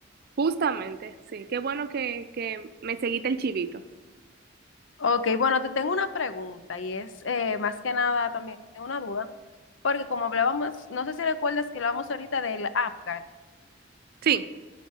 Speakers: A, on the right (about 50°); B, on the left (about 70°).
A: Justamente, sí. Qué bueno que, que me seguiste el chivito.
B: Ok, bueno, te tengo una pregunta y es eh, más que nada también una duda, porque como hablábamos, no sé si recuerdas que hablamos ahorita del Apgar,
A: Sí.